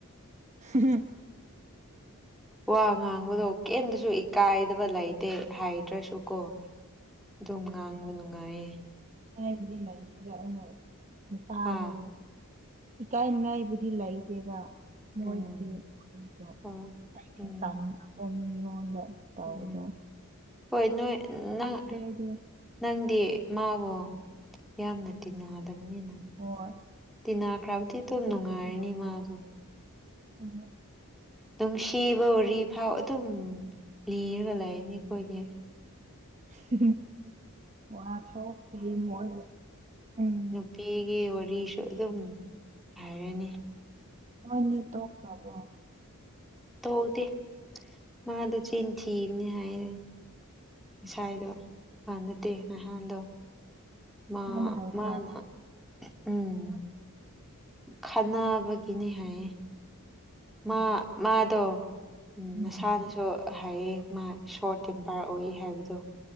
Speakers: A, on the right; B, in the centre.
A: ꯍꯨꯝꯍꯨꯝ
B: ꯋꯥ ꯉꯥꯡꯕꯗꯣ ꯀꯩꯝꯗꯁꯨ ꯏꯀꯥꯏꯗꯕ ꯂꯩꯇꯦ ꯍꯥꯏꯗ꯭ꯔꯁꯨ ꯀꯣ ꯑꯗꯨꯝ ꯉꯥꯡꯕ ꯅꯨꯡꯉꯥꯏꯌꯦ
A: ꯍꯥꯏꯕꯨꯗꯤ ꯂꯩꯗꯨꯗ ꯑꯩꯅ ꯅꯨꯄꯥꯗꯨ
B: ꯍꯥ
A: ꯏꯀꯥꯏ ꯅꯤꯡꯉꯥꯏ ꯕꯨꯗꯤ ꯂꯩꯗꯦꯕ ꯃꯣꯏꯗꯗꯤ
B: ꯎꯝ
A: <unintelligible>
B: ꯍꯣꯏ
A: ꯑꯩꯗꯤ
B: ꯎꯝ
A: ꯇꯟꯕꯀꯣ ꯃꯤꯉꯣꯟꯗ ꯇꯥꯎꯗꯣ
B: ꯎꯝ ꯍꯣꯏ ꯅꯣꯏ ꯅꯪ
A: ꯑꯩꯗꯤ
B: ꯅꯪꯗꯤ ꯃꯥꯕꯨ ꯌꯥꯝꯅ ꯇꯤꯟꯅꯗꯕꯅꯤꯅ
A: ꯑꯣꯏ
B: ꯇꯤꯅꯈ꯭ꯔꯕꯨꯗꯤ ꯑꯗꯨꯝ ꯅꯨꯡꯉꯥꯏꯔꯅꯤ ꯃꯥꯗꯣ
A: ꯍ ꯍꯣꯏ
B: ꯅꯨꯡꯁꯤꯕ ꯋꯥꯔꯤ ꯐꯥꯎ ꯑꯗꯨꯝ ꯂꯤꯔꯒ ꯂꯩꯅꯤ ꯑꯩꯈꯣꯏꯗꯤ
A: <unintelligible> ꯋꯥ ꯊꯣꯛꯇꯦ ꯃꯣꯏ ꯎꯝ
B: ꯄꯤꯒꯤ ꯋꯥꯔꯤꯁꯨ ꯑꯗꯨꯝ ꯍꯥꯏꯔꯅꯤ
A: ꯃꯣꯏꯅꯤ ꯇꯣꯛꯈ꯭ꯔꯕꯣ
B: ꯇꯧꯗꯦ ꯃꯥꯗꯣ ꯆꯤꯟꯊꯤꯕꯅꯤ ꯍꯥꯏꯔꯦ ꯉꯁꯥꯏꯗꯣ ꯑꯥ ꯅꯠꯇꯦ ꯅꯍꯥꯟꯗꯣ ꯃꯥ
A: ꯃꯥꯅ ꯍꯥꯏꯕ꯭ꯔꯥ
B: ꯃꯥꯅ ꯎꯝ ꯈꯟꯅꯕꯒꯤꯅꯦ ꯍꯥꯏꯌꯦ
A: ꯎꯝ
B: ꯃꯥ ꯃꯥꯗꯣ
A: ꯎꯝ
B: ꯃꯁꯥꯗꯁꯨ ꯍꯥꯏꯌꯦ ꯃꯥ ꯁꯣꯔꯠ ꯇꯦꯝꯄꯥꯔ ꯑꯣꯏ ꯍꯥꯏꯕꯗꯣ